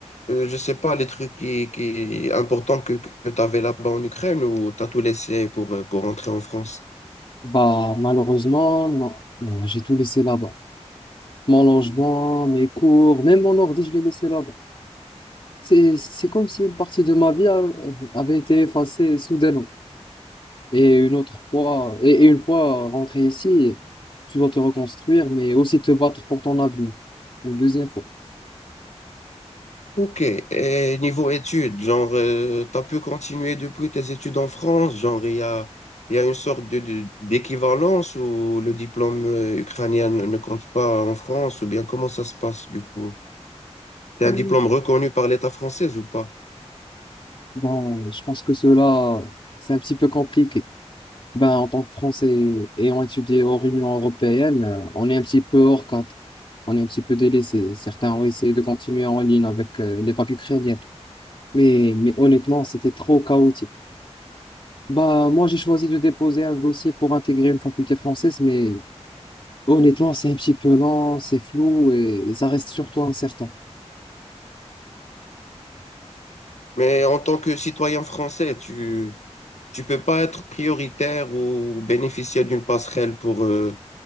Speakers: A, on the left; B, on the left.
A: euh, je sais pas, les trucs qui, qui importants que, que t'avais là-bas en Ukraine ou t'as tout laissé pour, euh, pour rentrer en France?
B: Bah, malheureusement, non. Euh, j'ai tout laissé là-bas. Mon logement, mes cours, même mon ordi, je l'ai laissé là-bas. C'est, c'est comme si une partie de ma vie a- avait été effacée soudainement. Et une autre fois, et, et une fois rentré ici, tu dois te reconstruire, mais aussi te battre pour ton avenir. Une deuxième fois.
A: Ok, et niveau études, genre, euh, t'as pu continuer depuis tes études en France, genre, il y a, il y a une sorte de, de- d'équivalence où le diplôme euh, ukrainien ne ne compte pas en France, ou bien comment ça se passe du coup? T'as
B: Hmm.
A: un diplôme reconnu par l'État français ou pas?
B: Bon, je pense que cela, c'est un petit peu compliqué. Ben, en tant que Français ayant étudié hors Union européenne, euh, on est un petit peu hors cadre. On est un petit peu délaissé. Certains ont essayé de continuer en ligne avec euh, les papes ukrainiennes. Mais, mais honnêtement, c'était trop chaotique. Bah, moi, j'ai choisi de déposer un dossier pour intégrer une faculté française, mais honnêtement, c'est un petit peu lent, c'est flou et ça reste surtout incertain.
A: Mais en tant que citoyen français, tu tu peux pas être prioritaire ou bénéficier d'une passerelle pour euh,